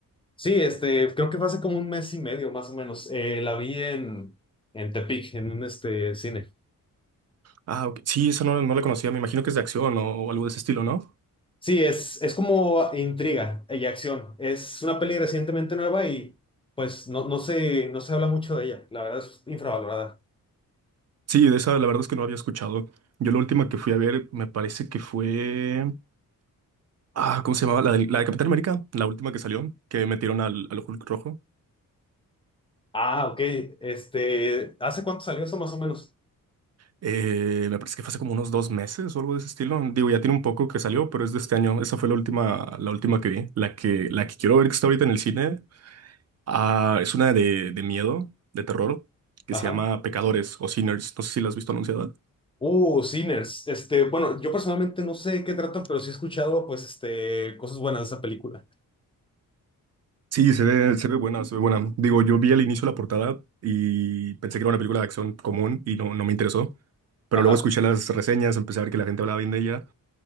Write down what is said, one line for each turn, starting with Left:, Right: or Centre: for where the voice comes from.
Left: Sí, este, creo que fue hace como un mes y medio, más o menos. Eh, la vi en, en Tepic, en un este, cine.
Right: Ah, ok. Sí, esa no, no la conocía. Me imagino que es de acción o algo de ese estilo, ¿no?
Left: Sí, es, es como intriga y acción. Es una peli recientemente nueva y, pues, no, no se, no se habla mucho de ella. La verdad es infravalorada.
Right: Sí, de esa la verdad es que no había escuchado. Yo la última que fui a ver me parece que fue... Ah, ¿cómo se llamaba? La de, la de Capitán América, la última que salió, que metieron al, al Hulk rojo.
Left: Ah, ok. Este, ¿hace cuánto salió eso más o menos?
Right: Eh, me parece que fue hace como unos dos meses o algo de ese estilo. Digo, ya tiene un poco que salió, pero es de este año. Esa fue la última, la última que vi. La que, la que quiero ver que está ahorita en el cine. Ah, es una de, de miedo, de terror, que
Left: Ajá.
Right: se llama Pecadores o Sinners. No sé si la has visto anunciada.
Left: Uh, Sinners. Este, bueno, yo personalmente no sé de qué trata, pero sí he escuchado, pues, este, cosas buenas de esa película.
Right: Sí, se ve, se ve buena, se ve buena. Digo, yo vi al inicio la portada y pensé que era una película de acción común y no, no me interesó. Pero
Left: Ajá,
Right: luego escuché las reseñas, empecé a ver que la gente hablaba bien de ella